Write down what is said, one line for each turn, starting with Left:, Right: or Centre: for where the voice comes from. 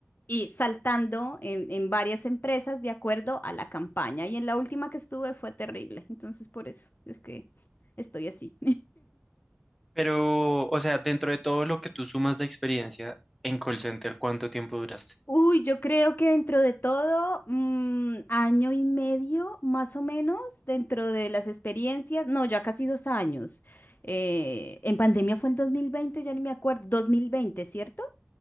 Left: y saltando en, en varias empresas de acuerdo a la campaña. Y en la última que estuve fue terrible. Entonces, por eso es que estoy así.
Centre: Pero, o sea, dentro de todo lo que tú sumas de experiencia en call center, ¿cuánto tiempo duraste?
Left: Uy, yo creo que dentro de todo, mm, año y medio más o menos, dentro de las experiencias, no, ya casi dos años. Eh, en pandemia fue en 2020, ya ni me acuerdo, 2020, ¿cierto?